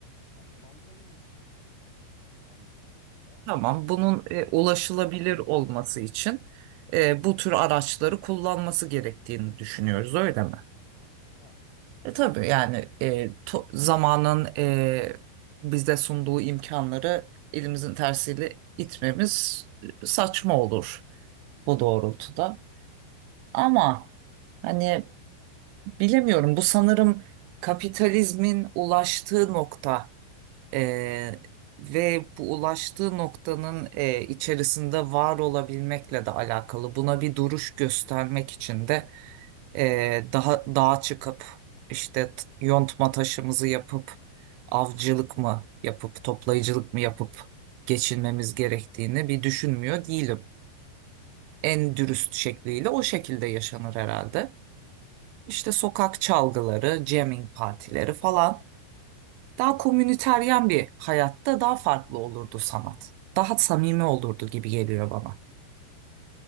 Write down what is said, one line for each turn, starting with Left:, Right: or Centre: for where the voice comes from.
Left: faydalandırabilmesi toplumu aynı zamanda
Right: Tamam.
Left: için
Right: Bunun e, ulaşılabilir
Left: nasıl olabilir?
Right: olması için e, bu tür araçları kullanması gerektiğini düşünüyoruz, öyle mi?
Left: Hı hı. Evet.
Right: E, tabii yani e, to- zamanın e, bize sunduğu imkanları elimizin tersiyle itmemiz e, saçma olur bu doğrultuda. Ama hani bilemiyorum bu sanırım kapitalizmin ulaştığı nokta. Eee, ve bu ulaştığı noktanın eee, içerisinde var olabilmekle de alakalı. Buna bir duruş göstermek için de eee, daha dağa çıkıp işte t- yontma taşımızı yapıp avcılık mı yapıp toplayıcılık mı yapıp geçinmemiz gerektiğini bir düşünmüyor değilim. En dürüst şekliyle o şekilde yaşanır herhalde. İşte sokak çalgıları, jamming partileri falan. Daha komüniteryen bir hayatta daha farklı olurdu sanat. Daha samimi olurdu gibi geliyor bana.